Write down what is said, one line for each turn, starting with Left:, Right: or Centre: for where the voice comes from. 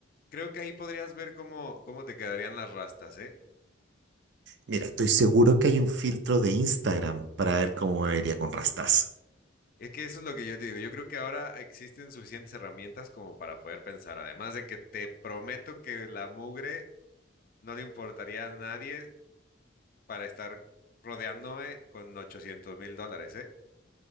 Left: creo que ahí podrías ver cómo, cómo te quedarían las rastas, ¿eh?
Right: Mira, estoy seguro que hay un filtro de Instagram para ver cómo me vería con rastas.
Left: Es que eso es lo que yo te digo. Yo creo que ahora existen suficientes herramientas como para poder pensar. Además de que te prometo que la mugre no le importaría a nadie para estar rodeándome con ochocientos mil dólares, ¿eh?